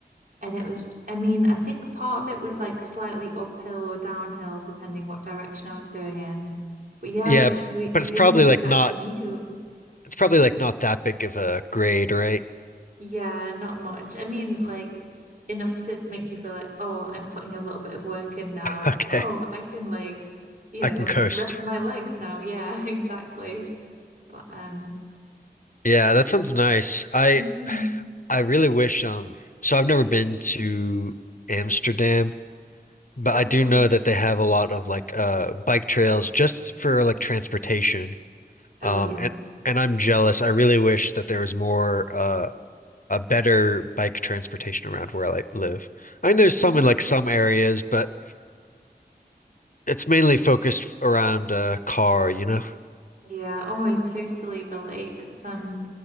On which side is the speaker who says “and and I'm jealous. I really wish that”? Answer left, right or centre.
Left